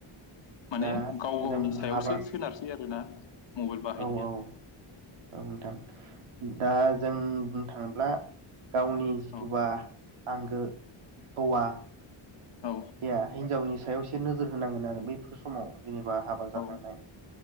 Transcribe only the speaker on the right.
दा
जों
हाबा
औ औ औ नोंथां। दा जों बुंनो थाङोब्ला गावनि जिथुबा
आंगो हौवा
या हिनजावनि सायाव एसे नोजोर होनांगोन आरो बैफोर समाव जेनेबा हाबा जाखांनाय